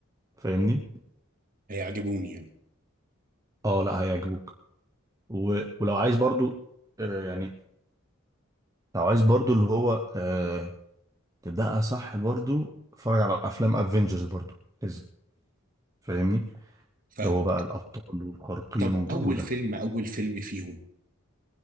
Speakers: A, on the right; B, on the right.
A: فاهمني
B: هيعجبوني يعني
A: اه لا هيعجبوك و... ولو عايز برضو آه يعني لو عايز برضو اللي هو آه تبدأها صح برضو اتفرج على افلام افنجرز برضو لازم فاهمني اللي
B: فاهم
A: هو بقى الأبطال والخارقين
B: طب
A: والجو
B: اول
A: ده
B: فيلم اول فيلم فيهم